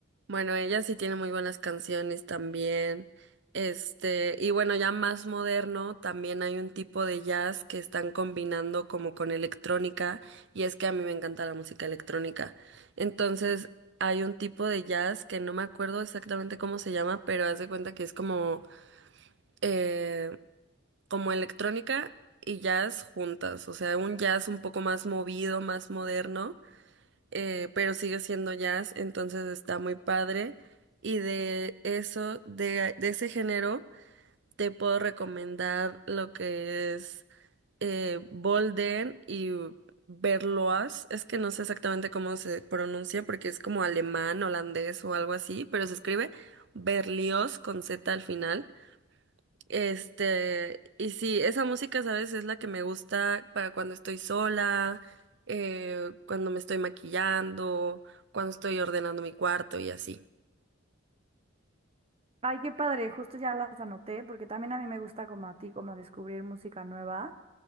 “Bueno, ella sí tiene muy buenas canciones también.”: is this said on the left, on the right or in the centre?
Right